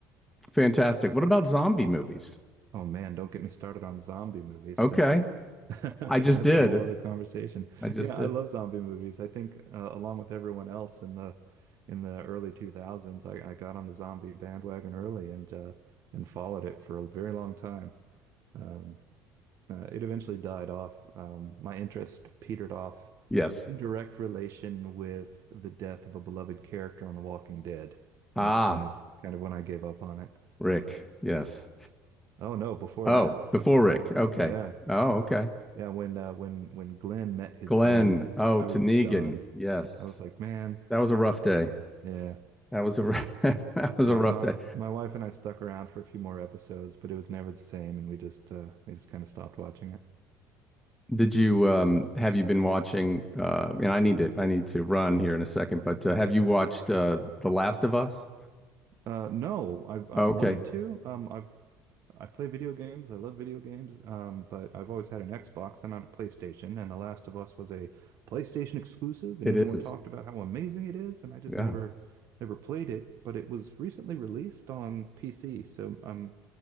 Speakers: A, in the centre; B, on the right (about 55°).
A: fantastic. What about zombie movies?
B: Oh man, don't get me started on zombie movies.
A: Okay,
B: That's <laughs>
A: I just
B: that's
A: did.
B: a whole other conversation.
A: I just
B: Yeah,
A: did.
B: I love zombie movies. I think uh, along with everyone else in the in the early 2000s, I, I got on the zombie bandwagon early and uh, and followed it for a very long time. Um, uh, it eventually died off. Um, my interest petered off
A: Yes.
B: in direct relation with the death of a beloved character on The Walking Dead,
A: Ah,
B: and that's kind of kind of when I gave up on it.
A: Rick. Yes.
B: Oh no, before
A: Oh,
B: that.
A: before Rick. Okay.
B: Yeah,
A: Oh, okay.
B: Yeah, when uh, when when Glenn met his
A: Glenn.
B: end,
A: Oh,
B: I
A: to
B: was done.
A: Yes.
B: I was like, man,
A: That was a rough day.
B: yeah,
A: That was a rough, <laughs> that was
B: yeah.
A: a rough
B: My
A: day.
B: my wife and I stuck around for a few more episodes, but it was never the same, and we just uh, we just kind of stopped watching it.
A: Did you um have you been watching uh and I need to I need to run here in a second, but uh, have you watched uh The Last of Us?
B: Uh, no, I've I've
A: Okay.
B: wanted to. Um, I've I play video games. I love video games. Um, but I've always had an Xbox and not a PlayStation. And The Last of Us was a PlayStation exclusive,
A: It
B: and everyone
A: is.
B: talked about how amazing it is. And I just
A: Yeah.
B: never, never played it. But it was recently released on PC, so um,